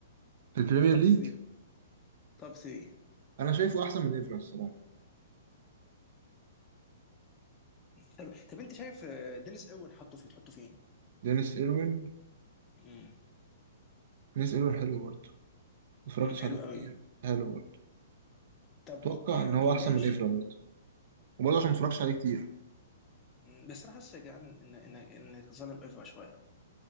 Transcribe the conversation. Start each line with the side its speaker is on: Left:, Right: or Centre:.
Right: في البريمير
Left: توب
Right: ليج
Left: 3 توب 3
Right: انا شايفه احسن من ايفرا الصراحه
Left: طب طب انت شايف آه، دينيس اوين حطه في تحطه فين؟
Right: دينيس ايروين
Left: مم.
Right: دينيس ايروين حلو برضه ما اتفرجتش
Left: مم، حلو
Right: عليه كتير
Left: قوي
Right: حلو برضه
Left: طب
Right: اتوقع
Left: اوكي
Right: ان
Left: اوكي
Right: هو احسن
Left: ماشي
Right: من ايفرا برضه وبرضه عشان ما اتفرجتش عليه كتير
Left: مم، بس انا حاسس يا جدعان ان ان انك ظالم ايفا شويه